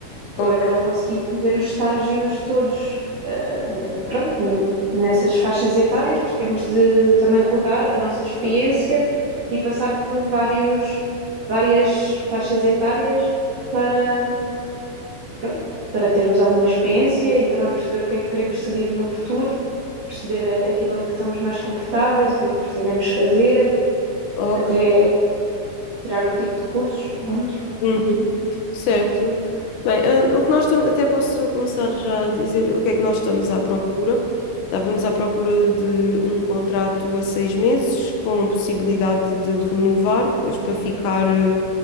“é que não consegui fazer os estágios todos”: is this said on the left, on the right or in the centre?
Right